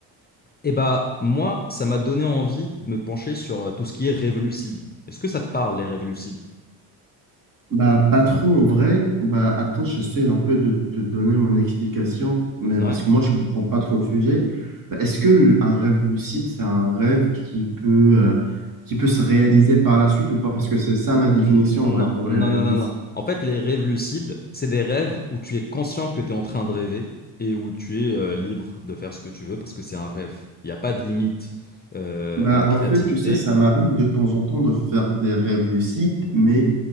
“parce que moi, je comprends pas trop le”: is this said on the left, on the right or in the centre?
Right